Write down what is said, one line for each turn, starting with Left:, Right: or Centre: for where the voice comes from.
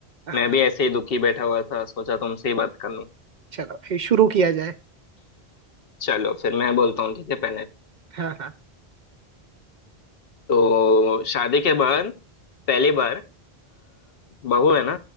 Right: हाँ
Left: मैं भी ऐसे ही दुखी बैठा हुआ था सोचा तुमसे ही बात कर लूँ
Right: चलो भाई शुरू किया जाए
Left: चलो फिर मैं बोलता हूँ ठीक है पहले
Right: हाँ हाँ
Left: तो शादी के बाद पहली बार अ, बहू है ना